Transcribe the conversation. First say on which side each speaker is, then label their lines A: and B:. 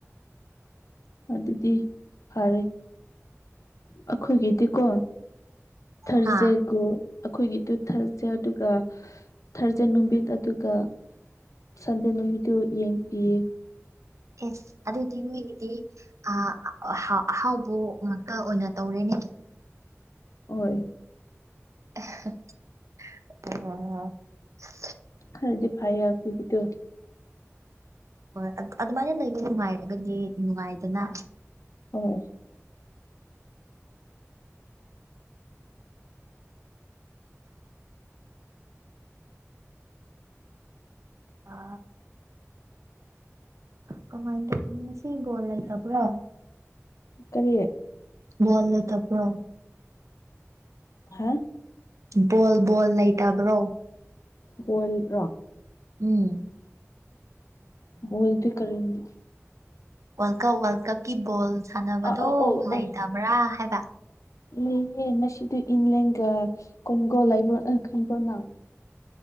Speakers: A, on the left (about 85°); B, on the right (about 70°).
A: ꯑꯗꯨꯗꯤ ꯐꯔꯦ ꯑꯩꯈꯣꯏꯒꯤꯗꯤꯀꯣ ꯊꯥꯔꯖꯦꯛꯒꯣ
B: ꯍꯥ
A: ꯑꯩꯈꯣꯏꯒꯤꯗꯨ ꯊꯔꯖ ꯑꯗꯨꯒ ꯊꯔꯖ ꯅꯨꯡꯕꯤꯟ ꯑꯗꯨꯒ ꯁꯟꯗꯦꯟ ꯅꯨꯃꯤꯠꯇꯨ ꯌꯦꯡ ꯄꯌꯦ
B: ꯌꯦꯁ ꯑꯗꯨꯗꯗꯤꯅ ꯍꯦꯒꯗꯤ ꯑ ꯑꯍꯥꯎꯕ ꯉꯥꯛꯇ ꯑꯣꯏꯅ ꯇꯧꯔꯦꯅꯦ
A: ꯍꯣꯏ
B: ꯑ
A: ꯍꯥꯏꯗꯤ ꯐꯥꯏ ꯌꯥ ꯀꯣꯏꯒꯤꯗꯨꯣ
B: ꯍꯣꯏ ꯑꯗꯨꯃꯥꯏꯅ ꯂꯩꯕ ꯅꯨꯡꯉꯥꯏꯔꯒꯗꯤ ꯅꯨꯡꯉꯥꯏꯗꯅ
A: ꯍꯣꯏ
B: ꯑ ꯀꯃꯥꯏꯗ ꯁꯤ ꯣꯜꯂ ꯇ ꯄꯨ꯭ꯔꯣ
A: ꯀꯔꯤꯌꯦ
B: ꯕꯣꯜ ꯂꯩꯇꯕ꯭ꯔꯣ
A: ꯍꯥ
B: ꯕꯣꯜ ꯕꯣꯜ ꯂꯩꯇꯕ꯭ꯔꯣ
A: ꯍꯣꯜꯔꯦ ꯔꯣ
B: ꯎꯝ
A: ꯕꯣꯜꯗꯤ ꯀꯔꯤꯅꯣ
B: ꯋꯥꯔꯜ ꯀꯞ ꯋꯥꯔꯜ ꯀꯞꯀꯤ ꯕꯣꯜ ꯁꯥꯟꯅꯕꯗꯣ
A: ꯑ ꯑꯣ ꯑꯣ
B: ꯂꯩꯇꯕ꯭ꯔꯥ
A: ꯑꯣ
B: ꯍꯥꯏꯕ
A: ꯂꯩꯌꯦ ꯉꯁꯤꯗ ꯏꯂꯦꯟꯒ ꯀꯣꯟꯒꯣ ꯂꯩꯕ ꯈꯪꯕ ꯅꯪ